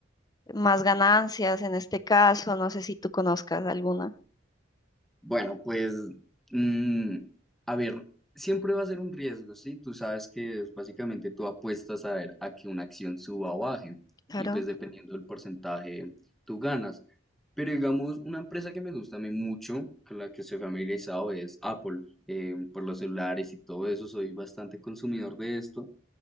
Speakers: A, on the left; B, in the centre.
A: más ganancias en este caso, no sé si tú conozcas alguna.
B: Bueno, pues, mm, a ver, siempre va a ser un riesgo, ¿sí? Tú sabes que es básicamente tú apuestas a ver a que una acción suba o baje
A: Claro.
B: y pues dependiendo del porcentaje tú ganas. Pero digamos, una empresa que me gusta a mí mucho, con la que estoy familiarizado, es Apple, eh, por los celulares y todo eso, soy bastante consumidor de esto